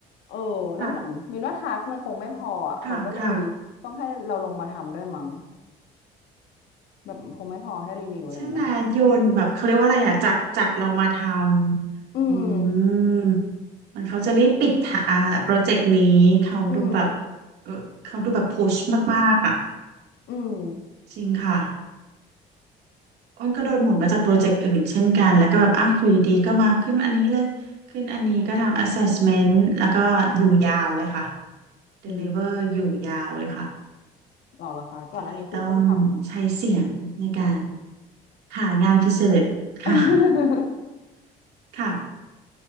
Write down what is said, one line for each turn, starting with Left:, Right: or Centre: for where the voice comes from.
Left: เออแล้วเหมือนมินว่า
Right: ค่ะ
Left: task มันคงไม่พออ่ะเขาก็เลยต้องให้เราลงมาทำด้วยมั้ง
Right: ค่ะค่ะ
Left: แบบคงไม่พอให้รีวิวอะไรอย่างเงี้ยค่ะ
Right: ใช่ไหมโยนแบบเขาเรียกว่าอะไรอ่ะจัดจัดเรามาทำอืม
Left: อืม
Right: มันเขาจะรีบปิดทะอ่าโปรเจกต์นี้เขาดูแบบ
Left: อืม
Right: เออเขาดูแบบพุชมากๆอ่ะ
Left: อืม
Right: จริงค่ะอ้นก็โดนหมุนมาจากโปรเจกต์อื่นเช่นกันแล้วก็แบบอ้าวอยู่ดีๆก็มาขึ้นอันนี้เลยขึ้นอันนี้ก็ทำ assessment แล้วก็อยู่ยาวเลยค่ะ deliver
Left: อืม
Right: อยู่ยาวเลยค่ะ
Left: หรอเหรอคะก่อนหน้านี้คุณอ้นทำ
Right: ก็เลยต้องใช้เสียงในการหางานพิเศษค่ะ
Left: <laughs>
Right: ค่ะ